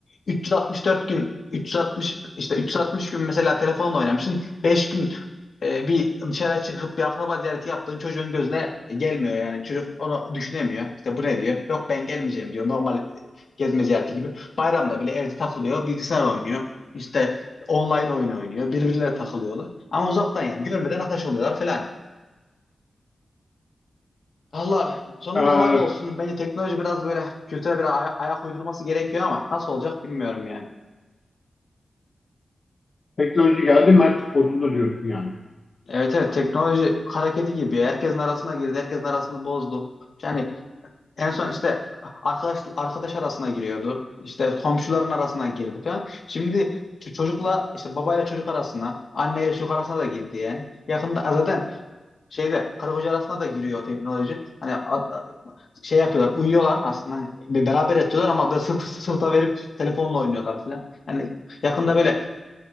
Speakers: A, on the left; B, on the left.
A: 364 gün 360 işte 360 gün mesela telefonla oynamışsın. beş gün e, bir dışarı çıkıp bir akraba ziyareti yaptığın çocuğun gözüne gelmiyor yani. Çocuk onu düşünemiyor. İşte bu ne diyor? Yok ben gelmeyeceğim diyor. Normal e, gezme ziyareti gibi. Bayramda bile evde takılıyor, bilgisayar oynuyor. İşte online oyun oynuyor, birbirlere takılıyorlar. Ama uzaktan yani görmeden arkadaş oluyorlar falan. Allah sonumuz
B: E,
A: hayır olsun. Bence teknoloji biraz böyle kültüre bir aya- ayak uydurması gerekiyor ama nasıl olacak bilmiyorum yani.
B: teknoloji geldi, mertlik bozuldu diyorsun yani.
A: Evet evet teknoloji hareketi gibi. Herkesin arasına girdi, herkesin arasını bozdu. Yani en son işte arkadaş arkadaş arasına giriyordu. İşte komşuların arasına girdi falan. Şimdi ç- çocukla işte babayla çocuk arasına, anneyle çocuk arasına da girdi yani. Yakında zaten şeyde karı koca arasında da giriyor o teknoloji. Hani ad- a- şey yapıyorlar uyuyorlar aslında Hani be- beraber yatıyorlar ama böyle sırt sırt- sırta verip telefonla oynuyorlar falan. Hani yakında böyle